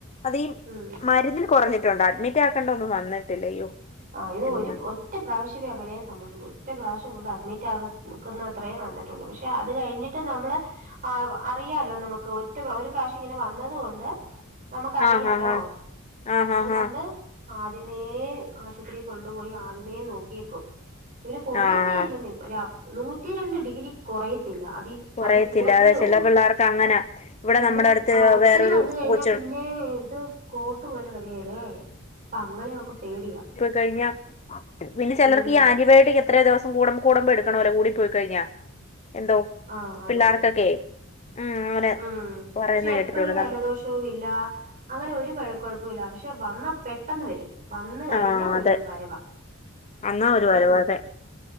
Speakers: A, on the left; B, on the right.
A: അതീം
B: ഉം
A: മരുന്നില് കൊറഞ്ഞിട്ടുണ്ട് അഡ്മിറ്റ് ആക്കേണ്ട ഒന്നും വന്നിട്ടില്ല അയ്യോ
B: ആഹ് ഇത്
A: എന്നാണ്
B: ഒരു- ഒറ്റ പ്രാവശ്യമേ അങ്ങനെയും സംഭവിക്കുള്ളൂ ഒറ്റ പ്രാവശ്യം കൊണ്ട് അഡ്മിറ്റ് ആകുന്ന അത്രയും വന്നിട്ടുണ്ട് പക്ഷെ അത് കഴിഞ്ഞ്ട്ട് - ന്നിട്ട് നമ്മള് ആ അറിയാലോ നമുക്ക് ഒറ്റ ഒരു പ്രാവശ്യം ഇങ്ങനെ വന്നത്കൊണ്ട്- നമുക്കറിയാലോ
A: ആഹ് ആഹ് ആഹ് ആഹ്
B: അതുകൊണ്ട്-
A: ആഹ് ആഹ്
B: ആദ്യമേ ആശുപത്രി കൊണ്ടുപോയി ആദ്യമേ നോക്കിയേക്കും ഇവന് കൊറേയത്തേല്ലേന്നേ
A: ആഹ്
B: നൂറ്റി രണ്ട് ഡിഗ്രി കൊറയത്തില്ല അതി-
A: കുറയത്തില്ല
B: അതി കൂടത്തേയുള്ളൂ
A: അതെ ചില പിള്ളേർക്ക് അങ്ങനാ ഇവിടെ
B: പിന്നെ
A: നമ്മുടെ അടുത്ത്
B: ആ ഒത്തിരി
A: വേറൊരു
B: വന്ന് കയിഞ്ഞാ
A: കൊച്ച്
B: പിന്നെ ഇത്- കോട്ട് പോലെ വരികെലെ അപ്പ അങ്ങനെ അവക്ക് പേടിയാ
A: കഴിഞ്ഞ പിന്നെ ചെലർക്ക്
B: ഉം
A: ഈ ആന്റിബയോട്ടിക് എത്ര ദെവസം- കൂടെ കൂടെ പെടുക്കണല്ലോ കൂടി പോയി കയിഞ്ഞാ എന്തോ-
B: ആഹ് അതെ
A: പിള്ളേർക്കൊക്കെ
B: അതെ
A: ഉം അങ്ങനെ
B: ഉം
A: പറയുന്ന
B: പക്ഷെ
A: കേട്ടിട്ടുണ്ട്
B: എപ്പഴും ജലദോഷം-
A: നം
B: നില്ല അങ്ങനെ ഒരു കൊഴ കൊഴപ്പല്ല പക്ഷെ വന്ന പെട്ടെന്ന് വരും വന്ന് കഴിഞ്ഞാ
A: ആ
B: ഒരു
A: അതെ
B: വരവാ
A: അന്നാ ഒരു
B: അത്
A: പരുവം
B: ഉം
A: അതെ